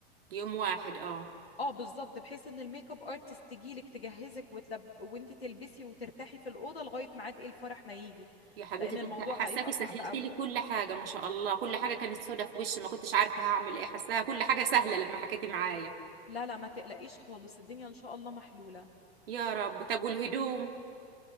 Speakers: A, on the right; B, on the left.
A: يوم واحد اه
B: اه بالظبط بحيث ان الميك اب ارتست تجيلك تجهزك وتلب... وانت تلبسي وترتاحي في الاوضه لغايه ميعاد ايه الفرح ما يجي
A: يا حبيبتي
B: لان الموضوع
A: انت حساكي
B: هيبقى صعب
A: سهلتي
B: قوي
A: لي كل حاجة ما شاء الله كل حاجة كانت سودة في وشي ما كنتش عارفة هعمل ايه حساها كل حاجة سهلة لما حكيتي معايا
B: لا لا ما تقلقيش خالص الدنيا ان شاء الله محلوله
A: يا رب طب والهدوم